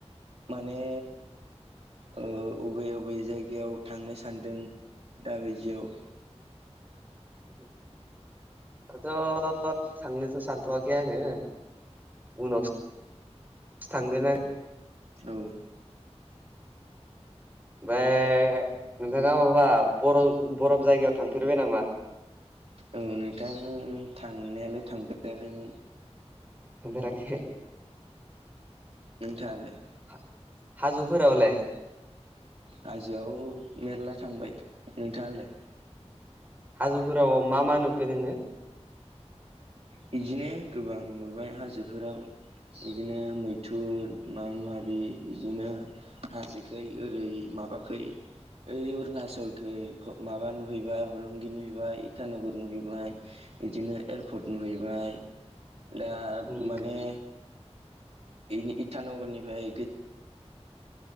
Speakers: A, on the right; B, on the right.
A: माने। अबे अबे जायगायाव थांनो सानदों दा बायदियाव
B: <inaudible> दाथ थांनोथ सान्नानै आङो उनावसो सानगोन आर
A: औ।
B: ओमफ्राय नोंथाङा माबा बर बरफ जायगायाव थांफेरबाय नामा
A: औ नोंथां थांनायालाय थांफेराखैमोन
B: थांफेराखै
A: नोथांआलाय
B: हा हाजौ फोरावलााय
A: हाजोआव मेरला थांबाय नोंथाङालाय।
B: हाजोफोराव मा मा नुखो नोङो।
A: बिदिनो गोबां नुबाय हाजोफोराव। बिदिनो मैथुर माबि माबि बिदिनो हाजोखै ओरै माबाखै ओइ अरुणाचलख माबा नुहैबाय हलंगि नुहैबाय इटानगर नुहैबाय बिदिनो एयारपर्ट नुहैबाय दा
B: उम
A: माने <unintelligible> इथानगरनिफ्राय